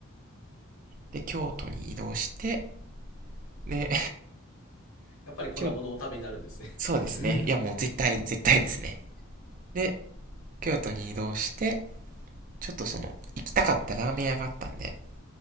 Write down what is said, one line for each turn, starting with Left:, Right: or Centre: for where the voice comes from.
Right: で、京都に移動して、で、
Left: やっぱり粉物をお食べになるんですね。
Right: <laughs> そうですね。
Left: <laughs>
Right: いや、もう絶対、絶対ですね。で、京都に移動して、ちょっとその、行きたかったラーメン屋があったんで、